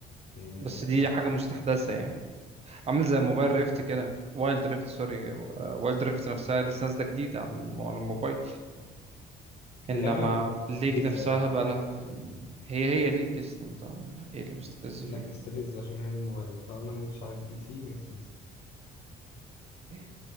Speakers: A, on the left (about 70°); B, on the right (about 35°).
A: يعني
B: بس دي
A: آه،
B: حاجة مستحدثة يعني عامل زي موبايل ريفت كده وايلد ريفت سوري وايلد ريفت نفسها لسه نازلة جديدة على الم- على الموبايل انما
A: اللعبة مستفزة
B: ليج نفسها
A: أوي
B: بقى لها هي هي ليج اصلا انت ايه اللي مستفز
A: لا
B: فيها
A: مستفزة عشان هي الموبايل طالما هي مش على البي سي مستفزة
B: إيه؟